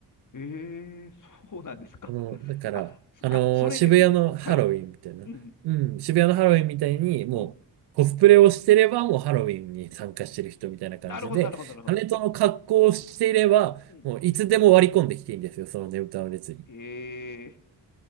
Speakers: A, on the left; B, on the right.
A: ええ、そうなんですか。
B: あの、だから、
A: あ、そあ、
B: あの、
A: それですね。
B: 渋谷のハロウィンみたいな、
A: はい。うん、
B: うん、渋谷のハロウィンみたいに、もう、
A: うん。
B: コスプレをしてれば、もうハロウィンに参加してる人みたいな感じで、
A: なるほど、なるほど、なるほど。
B: 羽との格好をしていれば、
A: うん。
B: もういつでも割り込んできていいんですよ、そのねぶたの列に。
A: ええ、